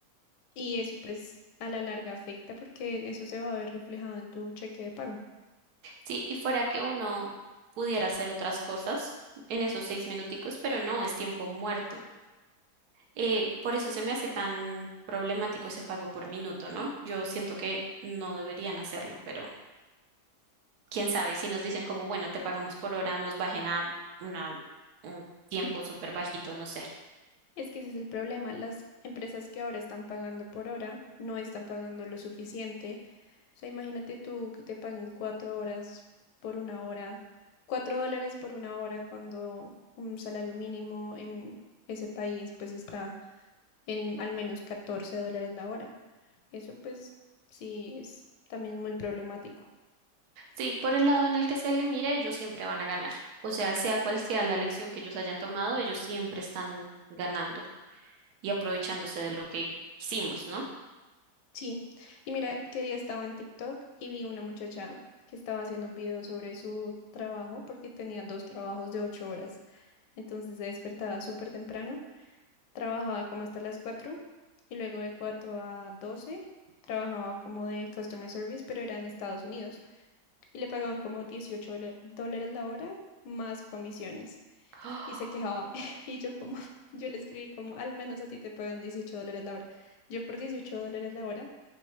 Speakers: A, on the left (about 85°); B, on the right (about 70°).
A: Y eso pues a la larga afecta porque eso se va a ver reflejado en tu cheque de pago.
B: Sí, y fuera que uno pudiera hacer otras cosas en esos seis minuticos, pero no, es tiempo muerto. Eh, por eso se me hace tan problemático ese pago por minuto, ¿no? Yo siento que no deberían hacerlo, pero quién sabe, si nos dicen como, bueno, te pagamos por hora, nos bajen a una, un tiempo súper bajito, no sé.
A: Es que ese es el problema, las empresas que ahora están pagando por hora no están pagando lo suficiente. O sea, imagínate tú que te paguen cuatro horas por una hora, cuatro dólares por una hora cuando un salario mínimo en ese país pues está en al menos 14 dólares la hora. Eso pues sí es también muy problemático.
B: Sí, por el lado en el que se le mire, ellos siempre van a ganar. O sea, sea cual sea la elección que ellos hayan tomado, ellos siempre están ganando y aprovechándose de lo que hicimos, ¿no?
A: Sí, y mira, que día estaba en TikTok y vi una muchacha que estaba haciendo un video sobre su trabajo porque tenía dos trabajos de ocho horas. Entonces se despertaba súper temprano, trabajaba como hasta las 4 y luego de 4 a 12 trabajaba como de customer service, pero era en Estados Unidos y le pagaban como 18 dola- dólares la hora más comisiones.
B: <gasps> ¡Ah!
A: y se quejaba. <laughs> Y yo como, <laughs> yo le escribí como, al menos a ti te pagan 18 dólares la hora. Yo por 18 dólares la hora